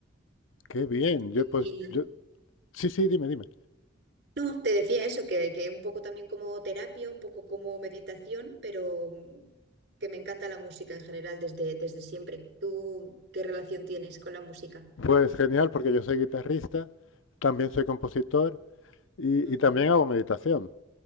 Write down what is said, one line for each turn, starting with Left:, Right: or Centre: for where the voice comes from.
Left: Qué bien.
Right: Y,
Left: Yo, pues,
Right: y
Left: yo, sí, sí, dime, dime.
Right: No, Te decía eso, que, que un poco también como terapia, un poco como meditación, pero mm, que me encanta la música en general desde, desde siempre. ¿Tú qué relación tienes con la música?
Left: Pues genial, porque yo soy guitarrista, también soy compositor y,
Right: Ujú.
Left: y también hago meditación.